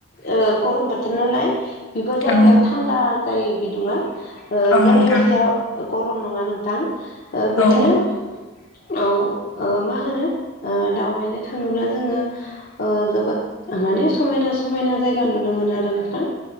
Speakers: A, on the left (about 45°); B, on the left (about 65°).
A: ओ गरम बोथोर नालाय बेफोर जायगायाव
B: औ
A: थान्दा जायो बिदुङा
B: औ नोंथां
A: जोंनि बायसा। गरम नङा नोंथां बिदिनो
B: औ
A: औ मा होनो दावबायनो थाङोब्ला जोङो जोबोद माने समायना समायना जायगा नुनो मोनो आरो नोंथां